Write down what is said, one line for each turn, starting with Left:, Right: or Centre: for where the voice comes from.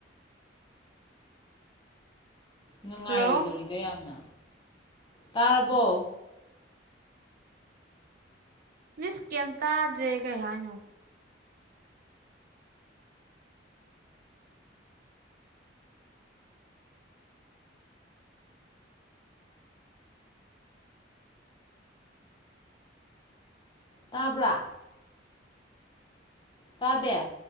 Left: ꯅꯨꯡꯉꯥꯏꯔꯣꯏꯗꯧꯔꯤꯗ
Right: ꯍꯜꯂꯣ
Left: ꯌꯥꯝꯅ ꯇꯔꯔꯕꯣ
Right: ꯃꯤꯁ ꯀꯩꯝ ꯇꯥꯗ꯭ꯔꯦ ꯀꯩ ꯍꯥꯏꯅꯣ
Left: ꯇꯥꯕ꯭ꯔꯥ ꯇꯗ